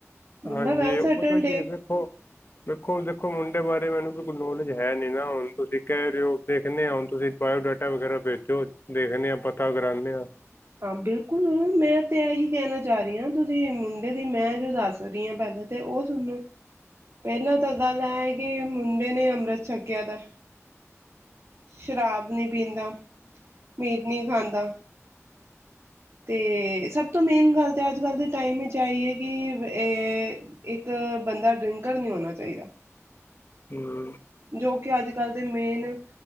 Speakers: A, on the right; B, on the left.
A: ਮੁੰਡਾ
B: ਹਾਂਜੀ
A: ਵੈਲ
B: ਉਹ
A: ਸੈਟਲਡ
B: ਪਤਾ ਕੀ
A: ਏ
B: ਦੇਖੋ ਦੇੇਖੋ ਦੇਖੋ ਮੁੰਡੇ ਬਾਰੇ ਮੈਨੂੰ ਵੀ ਕੋਈ ਨੌਲੇਜ ਹੈ ਨੀ ਨਾ ਹੁਣ ਤੁਸੀਂ ਕਹਿ ਰਹੇ ਹੋ ਦੇਖਦੇ ਹੁਣ ਤੁਸੀਂ ਬਾਇਓਡਾਟਾ ਵਗੈਰਾ ਭੇਜੋ ਦੇਖਦੇ ਆ ਪਤਾ ਕਰਾਉਂਦੇ ਆ
A: ਹਾਂ ਬਿਲਕੁਲ ਮੈਂ ਤੇ ਇਹੀ ਕਹਿਣਾ ਚਾਹ ਰਹੀ ਹਾਂ ਤੁਸੀਂ ਮੁੰਡੇ ਦੀ ਮੈਂ ਜੋ ਦੱਸ ਰਹੀ ਹਾਂ ਪਹਿਲਾਂ ਤੇ ਉਹ ਸੁਣੋ ਪਹਿਲਾਂ ਤਾਂ ਗੱਲ ਹੈ ਹੈ ਕਿ ਮੁੰਡੇ ਨੇ ਅੰਮ੍ਰਿਤ ਛਕਿਆ ਦਾ ਸ਼ਰਾਬ ਨੀ ਪੀਂਦਾ ਮੀਟ ਨਹੀਂ ਖਾਂਦਾ ਤੇ ਸਭ ਤੋਂ ਮੇਨ ਗੱਲ ਤਾਂ ਅੱਜ ਕੱਲ੍ਹ ਦੇ ਟਾਈਮ ਵਿੱਚ ਆਈ ਹੈ ਕਿ ਇੱਕ ਬੰਦਾ ਡ੍ਰਿੰਕਰ ਨਹੀਂ ਹੋਣਾ ਚਾਹੀਦਾ
B: ਹਮ
A: ਜੋ ਕਿ ਅੱਜ ਕੱਲ ਦੇ ਮੇਨ